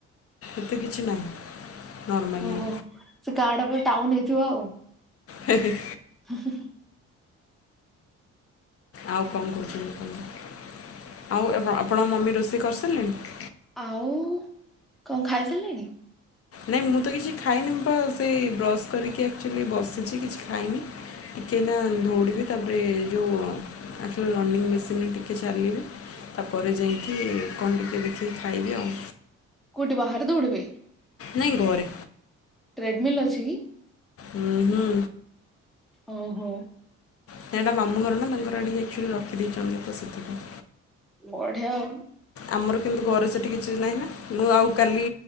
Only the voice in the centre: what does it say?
ଓହୋ। ସେ ଗାଁ ଟା <unintelligible> ଟାଉନ୍ ହେଇଥିବ ଆଉ।
ହେ, ହେ, ହେ।
ଆଉ କଣ ଖାଇ ସାରିଲେଣି?
କୋଉଠି ବାହାରେ ଦୌଡ଼ିବେ?
ଟ୍ରେଡମିଲ୍ ଅଛି କି?
ଓହୋ।
ବଢିଆ ଆଉ।